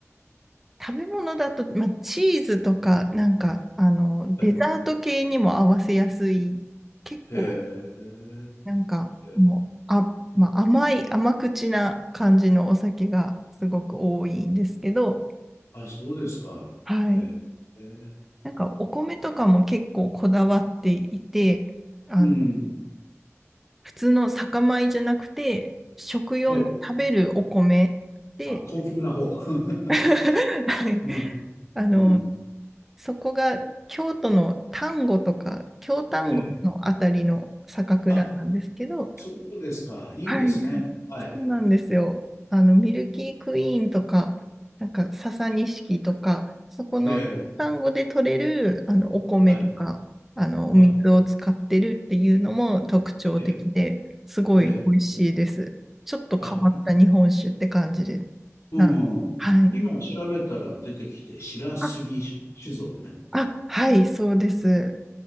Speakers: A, in the centre; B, on the left.
A: 食べ物だと、まあ、チーズとか、なんか、あの、
B: はい。
A: デザート系にも合わせやすい、結構、
B: へえ。
A: なんか、
B: え
A: もう、あ、まあ、甘い、甘口な感じのお酒がすごく多いんですけど、
B: あ、そうですか。
A: はい。
B: へえ。へえ
A: なんか、お米とかも結構こだわっていて、あの、
B: うん。
A: 普通の酒米じゃなくて、食用の食べるお米で、
B: はい。あ、高級な方。<laughs>
A: <laughs> はい。
B: うん、
A: あの、
B: うん。
A: そこが京都の丹後とか、京丹後のあたりの酒蔵なんですけど、
B: ええ。あ、そうですか。いいですね。
A: はい。
B: はい。
A: そうなんですよ。あの、ミルキークイーンとか、なんか、笹錦とか、そこのンゴで取れる、
B: ええ。
A: あの、お米とか、
B: はい。
A: あの、お水を使ってるっていうのも特徴的で、
B: はい。ええ。
A: すごい美味しいです。
B: ええ。
A: ちょっと変わった日本酒って感じです。
B: あ、うん。
A: なんはい。
B: 今調べたら出てきて、白杉酒造ね。
A: あ、あ、はい、そうです。